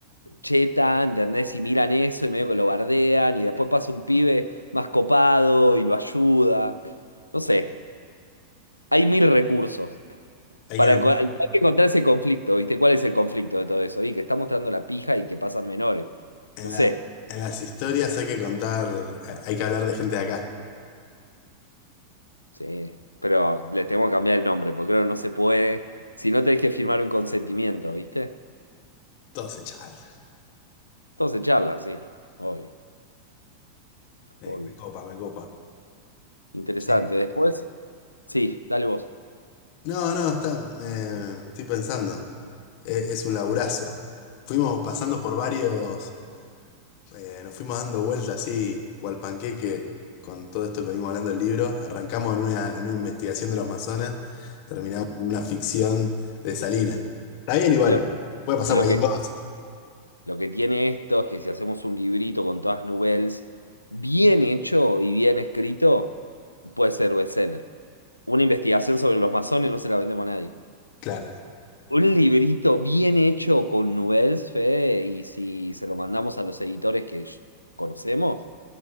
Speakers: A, on the left (about 85°); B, on the left (about 45°).
A: cheta, ¿entendés? Y miran eso y medio que lo bardean y después pasa un pibe más copado y lo ayuda. No sé, hay mil recursos.
B: Hay
A: Para,
B: que nombrar-
A: co- hay que encontrar ese conflicto, ¿viste? ¿Cuál es el conflicto de todo eso? Y que está mostrando la pija y que pasan menores.
B: En
A: No sé.
B: la, en las historias hay que contar, eh, hay que hablar de gente de acá.
A: Sí, pero le tengo que cambiar el nombre, porque creo que no se puede. Si no tenés que firmar un consentimiento, ¿viste?
B: Todos se charlan.
A: Entonces charla, sí, obvio,
B: Me,
A: obvio.
B: me copa, me copa.
A: Interesante.
B: Sí.
A: Después, sí, dale vos.
B: No, no, está, me- estoy pensando. Eh, es un laburazo. Fuimos pasando por varios, eh, nos fuimos dando vueltas así, cual panqueque, con todo esto que venimos hablando del libro. Arrancamos en una, en una investigación de los Amazonas, terminamos en una ficción de Salinas. Está bien igual,
A: Lo,
B: puede pasar
A: lo
B: cualquier
A: que,
B: cosa.
A: lo que tiene esto es que si hacemos un librito con todas nouvelles, bien hecho y bien escrito, puede ser bestseller. Una investigación sobre los masones no se la vendemos a nadie.
B: Claro.
A: Un librito bien hecho con nouvelles, Fede, y si se lo mandamos a los editores que conocemos.